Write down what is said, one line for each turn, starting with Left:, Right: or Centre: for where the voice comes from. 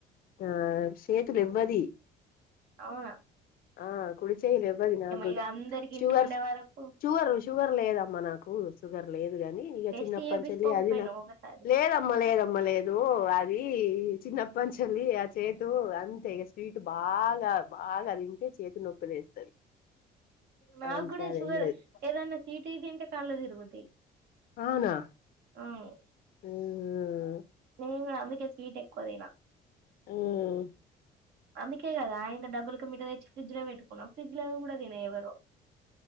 Left: ఆ సేతు లేవ్వది
Right: అవ్న
Left: ఆ కుడిచేయి లేవది నాగుడ్
Right: ఇగ అందరికి
Left: షుగర్స్
Right: ఇంట్లో ఉండే వరకు
Left: షుగర్ షుగర్ లేదమ్మా నా కు షుగర్ అని ఇగ
Right: టెస్ట్
Left: చిన్నప్పట్నుంచెలి
Right: చేపించుకోకపోయినావు
Left: అదిన
Right: ఒకసారి
Left: లేదమ్మ లేదమ్మ లేదు అది చిన్నప్పనుంచి ఉంది చేతు అంతే ఇగ స్వీట్ బాగా బాగా తింటే చేతి నొప్పి లేస్తది
Right: నా
Left: అంతే
Right: గుడా
Left: అదేం
Right: షుగర్
Left: లేదు
Right: ఏదన్నా తీపియి తింటే కళ్లు తిరుగుతై
Left: అవనా
Right: ఆహ్
Left: ఉమ్
Right: ఇంగ అందుకే స్వీట్ ఎక్కువదినా
Left: ఉమ్
Right: అందుకే కదా ఇంత డబల్కామీట దెచ్చి ఫ్రిడ్జల వెట్టుకున్నా ఫ్రిడ్జ్ లోది గుడ తినే ఎవరో